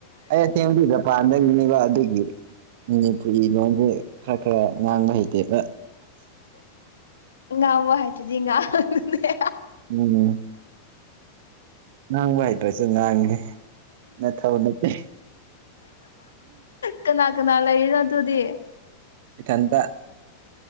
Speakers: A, on the right; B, on the left.
A: ꯑꯩꯅ ꯁꯦꯝꯈꯤꯕ ꯃꯄꯥꯟꯗ ꯉꯥꯡꯕ ꯑꯗꯨꯒꯤ ꯃꯅꯤꯄꯨꯔꯤ ꯂꯣꯟꯁꯦ ꯈꯔ ꯈꯔ ꯉꯥꯡꯕ ꯍꯩꯇꯦꯕ
B: ꯉꯥꯡꯕ ꯍꯩꯇꯔꯗꯤ ꯉꯥꯡꯅꯨꯅꯦ
A: ꯎꯝ ꯉꯥꯡꯕ ꯍꯥꯏꯩꯇ꯭ꯔꯁꯨ ꯉꯥꯡꯒꯦ ꯅꯊꯧ ꯅꯠꯇꯦ
B: ꯀꯅꯥ ꯀꯅꯥ ꯂꯩꯕꯔ ꯑꯗꯨꯗꯤ
A: ꯏꯊꯟꯗ